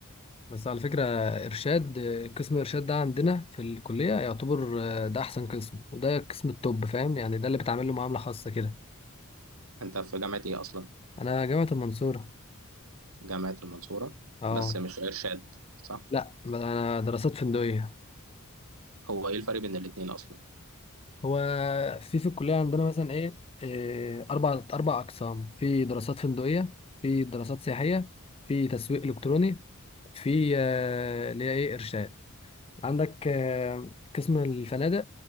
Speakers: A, on the left; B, on the right.
A: بس على فكره ارشاد آه، قسم ارشاد ده عندنا في الكليه يعتبر آه، ده احسن قسم وده قسم التوب فاهم يعني ده اللي بتعمل له معامله خاصه كده
B: انت في جامعة ايه اصلا
A: انا جامعه المنصوره
B: جامعة المنصورة
A: اه
B: بس مش ارشاد صح
A: لا انا دراسات فندقيه
B: هو ايه الفرق بين الاتنين اصلا
A: هو في في الكلية عندنا مثلا إيه إيه، أربع أربع أقسام في دراسات فندقية في دراسات سياحية في تسويق إلكتروني في آه، اللي هي إيه إرشاد عندك آه، قسم الفنادق